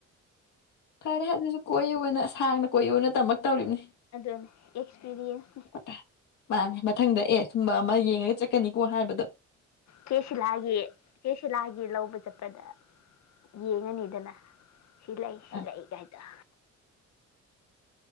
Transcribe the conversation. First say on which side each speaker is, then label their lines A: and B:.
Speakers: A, on the left (about 80°); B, on the left (about 65°).
A: ꯐꯔꯦ ꯑꯗꯨꯅꯁꯨ ꯀꯣꯏꯌꯨꯅ ꯁꯥꯡꯅ ꯀꯣꯏꯌꯨꯅ ꯇꯝꯃꯛꯛꯇꯧꯔꯤꯕꯅꯤ
B: ꯑꯗꯨꯅꯦ ꯑꯦꯛꯁꯄꯤꯔꯤꯌꯦꯟꯁꯅꯤ
A: ꯇꯥꯏ ꯃꯥꯅꯦ ꯃꯊꯪꯗ ꯑꯦ ꯁꯨꯝꯕ ꯑꯃ ꯌꯦꯡꯉꯒ ꯆꯠꯀꯅꯤꯀꯣ ꯍꯥꯏꯕꯗ
B: ꯆꯦꯁꯤꯂꯥꯒꯤ ꯆꯦꯁꯤꯂꯥꯒꯤ ꯂꯧꯕ ꯆꯠꯄꯗ ꯌꯦꯡꯉꯅꯤꯗꯅ ꯁꯤ ꯂꯩ ꯁꯤ
A: ꯑꯥ
B: ꯂꯩ ꯀꯥꯏꯗ꯫